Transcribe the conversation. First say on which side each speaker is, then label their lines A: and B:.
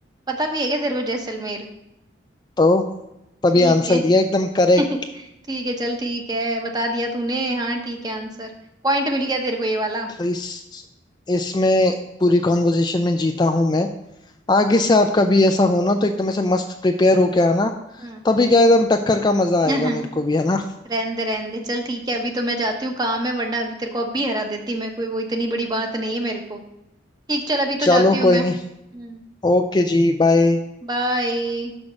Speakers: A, on the right; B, on the left.
A: पता भी है क्या तेरे को जैसलमेर
B: तो तभी
A: ठीक
B: आंसर
A: है
B: दिया एकदम करेक्ट
A: <laughs> ठीक है चल ठीक है बता दिया तूने हाँ ठीक है आंसर पॉइंट मिल गया तेरे को ये वाला
B: तो इस इसमें पूरी कॉन्वर्जेशन में जीता हूं मैं आगे से आपका भी ऐसा होना तो एकदम ऐसे मस्त प्रिपेयर होके आना
A: हम्म
B: तभी क्या एकदम टक्कर का मजा आएगा
A: <laughs>
B: मेरे को भी है ना
A: रहने दे रहने दे चल ठीक है अभी तो मैं जाती हूँ काम है वरना अभी तेरे को अब भी हरा देती मैं कोई वो इतनी बड़ी बात नहीं है मेरे को ठीक चल अभी
B: चलो
A: तो जाती हूँ
B: कोई
A: मैं हम्म
B: नहीं ओके जी बाय
A: बाय